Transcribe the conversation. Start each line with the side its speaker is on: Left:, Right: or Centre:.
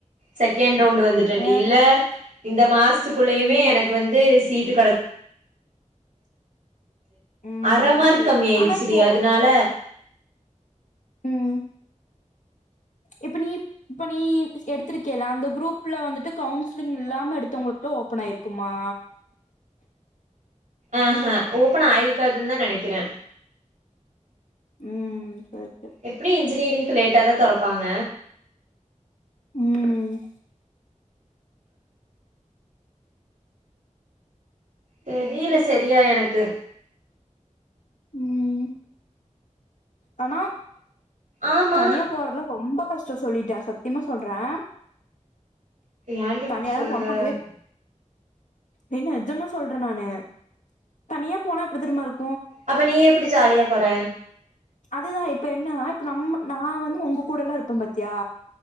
Right: செகண்ட் ரவுண்டு வந்துட்டன்
Left: ஆ
Right: டி இல்ல இந்த மாசத்துக்குள்ளயுமே
Left: ம்
Right: எனக்கு வந்து சீட்டு கெட
Left: ம்
Right: அர மார்க்
Left: சேரி
Right: கம்மி
Left: சேரி
Right: ஆயிடுச்சு
Left: ஆனா இப்போ
Right: அதுனால
Left: ம் இப்ப நீ இப்ப நீ பிஸ் எடுத்துருக்கேல அந்த குரூப்ல வந்துட்டு கவுன்சிலிங் இல்லாம எடுத்தவங்களுக்கு ஓப்பன் ஆயிருக்குமா
Right: ஆ ஹ ஓப்பன் ஆயிருக்காதுன் தா நெனைக்கறே
Left: ம் சரி சரி
Right: எப்டியு இன்ஜினியரிங்க்கு லேட்டா தா தொறப்பாங்க
Left: ம்
Right: தெரில
Left: சரி சரி
Right: சரியா எனக்கு
Left: ம் ஆனா
Right: ஆமா
Left: தனியா போறல ரொம்ப கஷ்டோ சொல்லிட்டே சத்திமா சொல்றே
Right: ஏன்டி இப்டி
Left: தனியாலா
Right: சொல்ற
Left: போனா அப்டே ஏ நெஜமா சொல்றே நானு தனியா போனா எப்டி தெரிமா இருக்
Right: அப்ப நீ எப்டி சாலியா போற
Left: அதுதா இப்ப என்னனா இப்ப நம்ம நா வந்து உங்க கூடலா இருப்பே பத்தியா